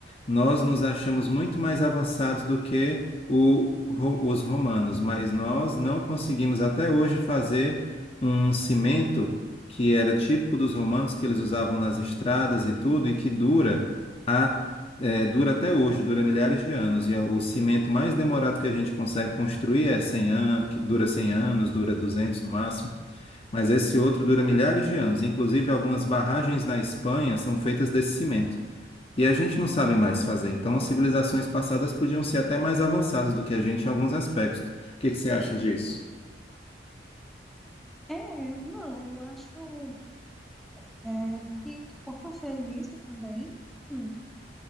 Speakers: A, on the left; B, in the centre.
A: nós nos achamos muito mais avançados do que o- ro- os romanos, mas nós não conseguimos até hoje fazer um cimento que era típico dos romanos, que eles usavam nas estradas e tudo, e que dura, a, é, dura até hoje, dura milhares de anos. E é o cimento mais demorado que a gente consegue construir é 100 anos, que dura 100 anos, dura 200 no máximo, mas esse outro dura milhares de anos. Inclusive, algumas barragens na Espanha são feitas desse cimento. E a gente não sabe mais fazer, então as civilizações passadas podiam ser até mais avançadas do que a gente em alguns aspectos. O que que você acha disso?
B: É, não, eu acho é, que, que possa ser isso também. Hum,